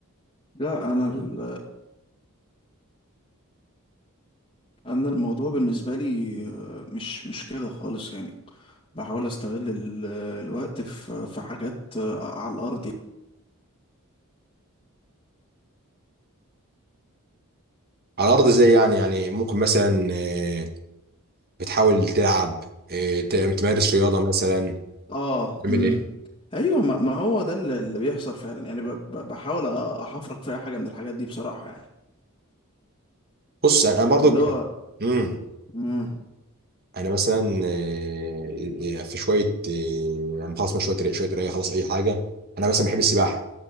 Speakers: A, on the left; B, on the right.
A: لا انا ال- انا الموضوع بالنسبة لي آه، مش مش كده خالص يعني بحاول استغل ال- الوقت في في حاجات آه، على الارض
B: على الارض ازاي يعني يعني ممكن مثلا آه، بتحاول تلعب آه، ت- تمارس رياضه مثلا
A: اه
B: تعمل
A: امم
B: ايه
A: ايوه ما ما هو ده اللي اللي بيحصل فعلا يعني ب- ب- بحاول احفرك في اي حاجه من الحاجات دي بصراحه يعني
B: بص انا أنا برضو
A: اللي هو
B: امم
A: امم
B: انا مثلا آه، آه، في شويه آه، يعني خلاص من شويه ري- شويه قرايه خلاص اي حاجه انا مثلا بحب السباحه